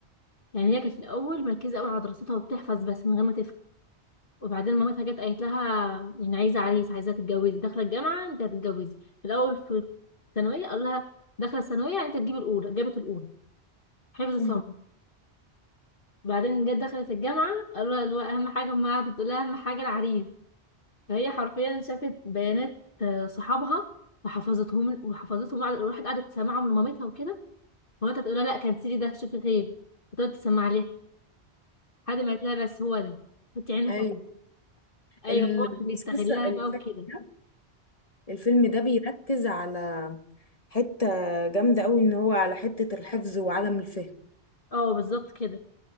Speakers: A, on the left; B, on the left.
A: يعني هي كانت في الاول مركزة قوي على دراستها وبتحفظ بس من غير ما تفهم وبعدين مامتها جت قالت لها يعني عايزه عريس عايزه تتجوزي داخله الجامعه انت هتتجوزي في الاول في الثانويه قال لها داخله الثانويه يعني انت تجيبي الاولى جابت الاولى حفظ
B: مم.
A: صم وبعدين جت دخلت الجامعه قالوا لها اللي هو اهم حاجه ما قعدت تقول لها اهم حاجه العريس فهي حرفيا شافت بيانات آه، صحابها وحفظتهم وحفظتهم قعدت- راحت قعدت تسمعهم لمامتها وكده مامتها تقول لها لا كنسلي ده شوفي غير فتقعد تسمع لها لحد ما قالت لها بس هو ده حطي عينك
B: ايوه
A: عليه ايوه
B: المسلسل
A: هو كان بيستغلها
B: الفيلم
A: بقى وكده
B: ده الفيلم ده بيركز على حتة جامدة قوي ان هو على حتة الحفظ وعدم الفهم
A: اه بالظبط كده